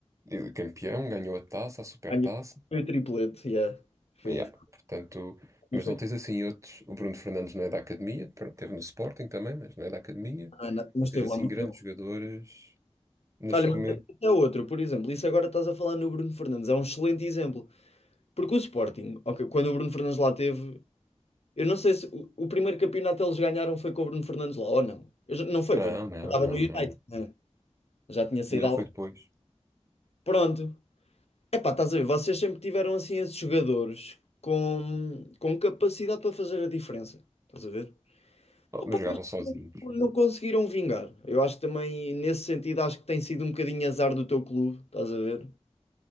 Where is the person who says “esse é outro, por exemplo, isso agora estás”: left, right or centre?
Left